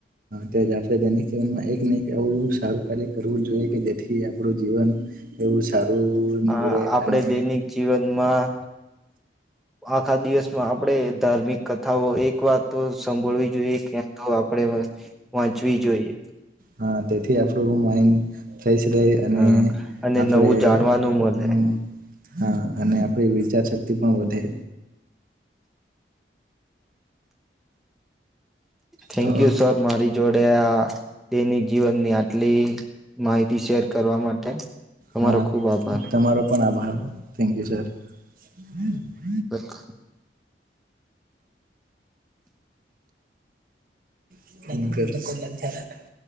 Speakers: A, on the right; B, in the centre.
A: તેજ આપણે દૈનિક જીવનમાં એક ને એક એ સારું કાર્ય કરવું જ જોઈએ કે જેથી આપણું જીવન એવું સારું નીવડે
B: આ આપણે
A: અને
B: દૈનિક જીવનમાં આખા દિવસમાં આપણે ધાર્મિક કથાઓ એક વાત તો સંભોળવી જોઈએ ક્યાં તો આપણે વાંચવી જોઈએ
A: હા તેથી આપડું હું માઈન થઈ શકે અને
B: હા અને
A: આપણે
B: નવું જાણવાનું
A: હમ્મ.
B: મળે
A: હા અને આપડી વિચાર શક્તિ પણ વધે
B: થેન્ક
A: તો
B: યુ સર મારી જોડે આ તેની જીવનની આટલી માહિતી શેર કરવા માટે તમારો
A: હા
B: ખુબ આભાર.
A: તમારો પણ થેન્ક યુ સર. હમ્મ
B: <unintelligible>
A: <unintelligible>